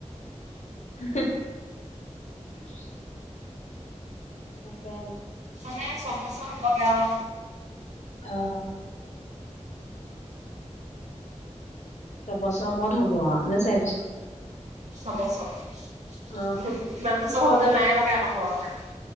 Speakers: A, on the left; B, on the right.
A: হু হু তাকে
B: মানে ছবছৰ হ'বগে আও
A: অ ছবছৰ মূৰত হব আও নে চাৰি বছৰ
B: ছবছৰ
A: অ
B: ইমান বছৰ হল যেন নায়ে লগা আকৌ মই অহা